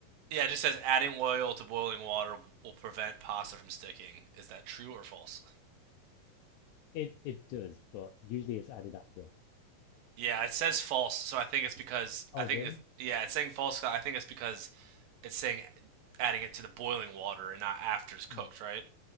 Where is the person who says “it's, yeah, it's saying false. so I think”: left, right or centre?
Right